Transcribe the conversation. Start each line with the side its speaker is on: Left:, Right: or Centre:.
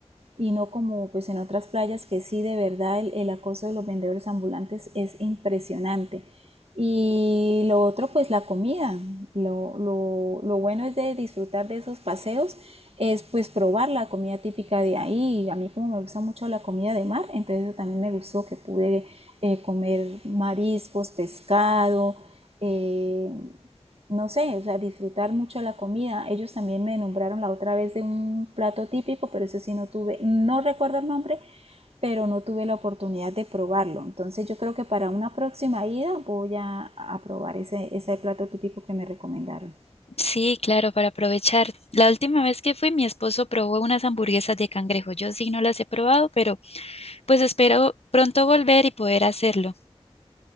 Right: y no como pues en otras playas que sí de verdad el, el acoso de los vendedores ambulantes es impresionante. Y lo otro pues la comida. Lo, lo, lo bueno es de disfrutar de esos paseos es pues probar la comida típica de ahí. A mí como me gusta mucho la comida de mar, entonces eso también me gustó que pude eh, comer mariscos, pescado, eh, no sé, o sea, disfrutar mucho la comida. Ellos también me nombraron la otra vez de un plato típico, pero eso sí no tuve, no recuerdo el nombre, pero no tuve la oportunidad de probarlo. Entonces yo creo que para una próxima ida voy a, a probar ese, ese plato típico que me recomendaron.
Left: Sí, claro, para aprovechar. La última vez que fui, mi esposo probó unas hamburguesas de cangrejo. Yo sí no las he probado, pero pues espero pronto volver y poder hacerlo.